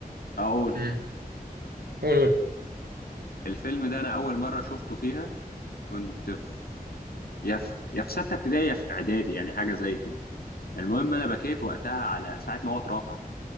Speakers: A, on the left (about 75°); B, on the right (about 85°).
A: اقول
B: امم قول قول
A: الفيلم ده انا اول مره شفته فيها كنت في يا في يا في سته ابتدائي يا في اعدادي يعني حاجه زي كده المهم انا بكيت وقتها على ساعه ما هو اترفع